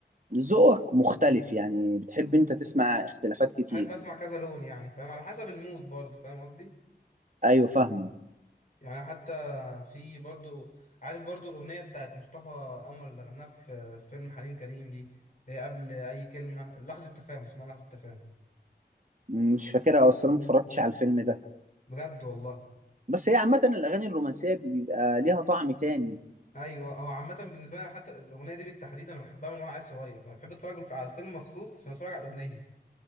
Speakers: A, on the right (about 45°); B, on the left (about 45°).
A: ذوقك مختلف يعني بتحب انت تسمع اختلافات كتير
B: بحب اسمع كذا لون يعني فاهم على حسب المود برضه فاهم قصدي
A: ايوه فاهمه
B: يعني حتى في برضو عارف برضو الأغنية بتاعت مصطفى قمر اللي غناها في فيلم حليم كريم دي اللي هي قبل أي كلمة لحظة تفاهم اسمها لحظة تفاهم
A: مم، مش فاكرها او اصلا ما اتفرجتش على الفيلم ده
B: بجد والله
A: بس هي عامه الاغاني الرومانسيه بيبقى ليها طعم تاني
B: أيوة هو عامة بالنسبة لي حتى الأغنية دي بالتحديد أنا بحبها من وأنا عيل صغير بحب أتفرج على الفيلم مخصوص عشان أتفرج على الأغنية